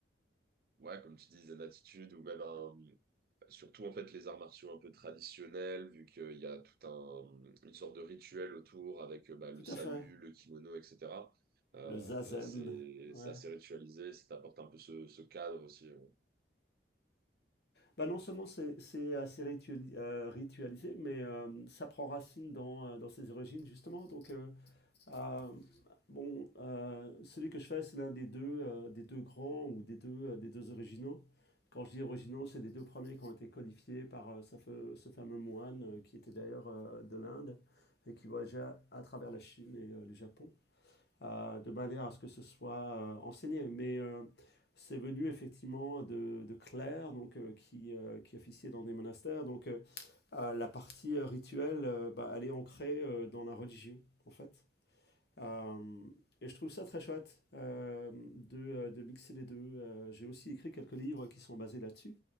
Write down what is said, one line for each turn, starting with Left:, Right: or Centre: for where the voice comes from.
Right: Ouais, comme tu disais, l'attitude ou même un- surtout en fait les arts martiaux un peu traditionnels, vu qu'il y a tout un une sorte de rituel autour avec euh, bah, le
Left: Tout
Right: salut,
Left: à fait.
Right: le kimono, etc. Euh,
Left: Le zazen.
Right: c'est
Left: Ouais.
Right: c'est assez ritualisé, ça t'apporte un peu ce, ce cadre aussi. euh.
Left: Bah non seulement c'est c'est assez rituali- euh, ritualisé, mais euh, ça prend racine dans, euh, dans ses origines justement. Donc euh, euh, bon, euh, celui que je fais, c'est l'un des deux euh, des deux grands ou des deux euh, des deux originaux. Quand je dis originaux, c'est les deux premiers qui ont été codifiés par euh, ce, feu- ce fameux moine euh, qui était d'ailleurs euh, de l'Inde et qui voyageait à travers la Chine et euh, le Japon à, de manière à ce que ce soit euh, enseigné. Mais euh, c'est venu effectivement de, de Claire, donc, euh, qui, euh, qui officiait dans des monastères. Donc euh, euh, la partie euh, rituelle, euh, bah, elle est ancrée euh, dans la religion, en fait. Euh, et je trouve ça très chouette euh, de, euh, de mixer les deux. Euh, j'ai aussi écrit quelques livres qui sont basés là-dessus,